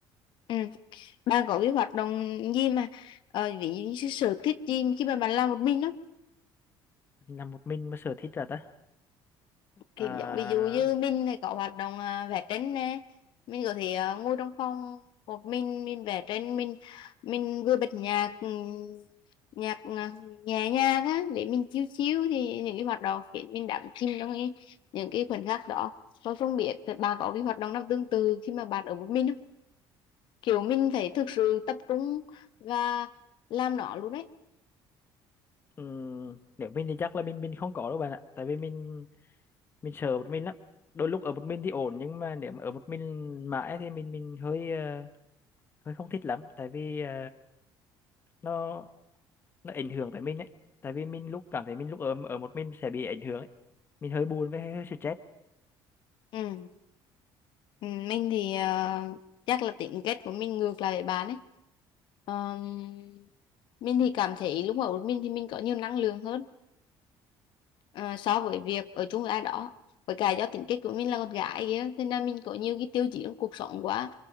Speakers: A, on the left (about 60°); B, on the left (about 25°).
A: Ừ. bạn có cái hoạt động gì mà ờ, ví dụ như cái sở thích gì khi mà bạn làm một mình đó
B: làm một mình mà sở thích là ta à,
A: thì giống ví dụ như mình thì có hoạt động à, vẽ tranh nè mình có thể à, ngồi trong phòng một mình mình vẽ tranh mình mình vừa bật nhạc ừm, nhạc à, nhẹ nhàng á để mình chill chill thì những cái hoạt động khiến mình đắm chìm trong cái, những cái khoảnh khắc đó tôi không biết thì bà có cái hoạt động nào tương tự khi mà bạn ở một mình không kiểu mình phải thực sự tập trung và làm nó luôn đấy
B: ừm, nếu mình thì chắc là mình mình không có đâu bạn ạ tại vì mình mình sợ một mình lắm đôi lúc ở một mình thì ổn nhưng mà nếu mà ở một mình mãi thì mình mình hơi ờ, hơi không thích lắm tại vì ờ, nó nó ảnh hưởng tới mình ấy tại vì mình lúc cảm thấy mình lúc ở ở một mình sẽ bị ảnh hưởng ấy mình hơi buồn với hơi, hơi stress
A: ừ. Ừ, mình thì ờ, chắc là tính kết của mình ngược lại để bán ấy Ờm, mình thì cảm thấy lúc ở một mình thì mình có nhiều năng lượng hơn ờ, so với việc ở chung với ai đó với cả do tính cách của mình là con gái kia thế nên mình có nhiều cái tiêu chí trong cuộc sống quá